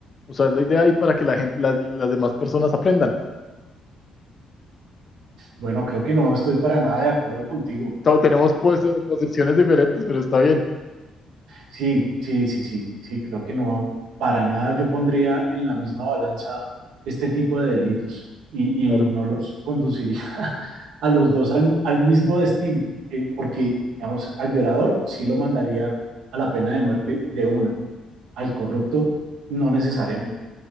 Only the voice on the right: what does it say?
Bueno, creo que no estoy para nada de acuerdo contigo.
Sí, sí, sí, sí, sí, creo que no, para nada yo pondría en la misma balanza este tipo de delitos y,
y no los conduciría <laughs> a los dos al, al mismo destino, que- porque, digamos, al violador sí lo mandaría a la pena de muerte de una, al corrupto no necesariamente.